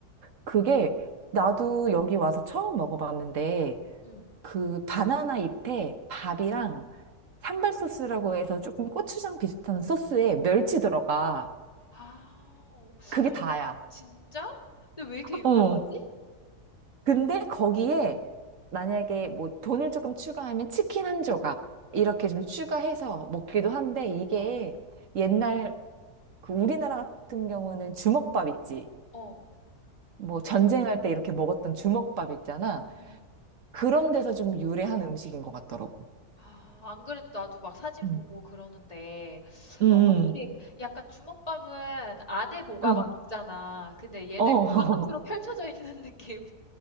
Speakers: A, on the right; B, on the left.
A: 그게 나도 여기 와서 처음 먹어봤는데,
B: 응.
A: 그 바나나 잎에 밥이랑 산발 소스라고 해서 조금 고추장 비슷한 소스에 멸치 들어가.
B: 아, 어,
A: 그게 다야.
B: 진짜? 근데 왜 이렇게 유명하지?
A: 어. 근데 거기에 만약에 뭐 돈을 조금 추가하면 치킨 한 조각 이렇게 좀 추가해서 먹기도 한데 이게
B: 어, 어,
A: 옛날 그 우리나라 같은 경우는 주먹밥 있지.
B: 어.
A: 뭐 전쟁할 때 이렇게 먹었던 주먹밥 있잖아.
B: 응.
A: 그런 데서 좀 유래한 음식인 것 같더라고.
B: 아 안 그래도 나도 막 사진
A: 음.
B: 보고 그러는데
A: 음.
B: 어, 확실히 약간 주먹밥은 안에 뭐가
A: 음.
B: 막 있잖아. 근데 얘는
A: 어, 어,
B: 그 바깥으로 펼쳐져
A: <laughs>
B: 있는 <laughs> 느낌